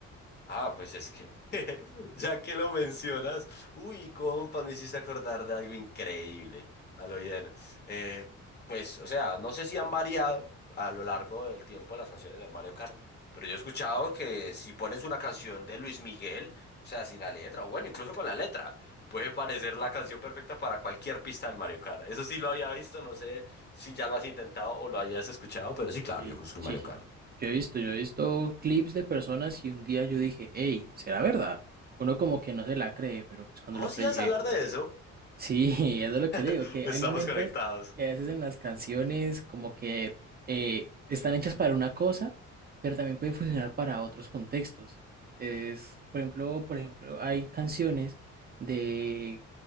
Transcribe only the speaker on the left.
Ah, pues es que, <laughs> ya que lo mencionas, uy, compa, me hiciste acordar de algo increíble, a lo bien. Eh, pues, o sea, no sé si han variado a lo largo del tiempo las canciones del Mario Kart, pero yo he escuchado que si pones una canción de Luis Miguel, o sea, sin la letra, o bueno, incluso con la letra, puede parecer la canción perfecta para cualquier pista del Mario Kart. Eso sí lo había visto, no sé si ya lo has intentado o lo hayas escuchado, pero sí, claro,
yo conozco
el Mario
Kart.
Oh,
sí,
vas
a hablar
de eso.
<laughs>
Estamos
conectados.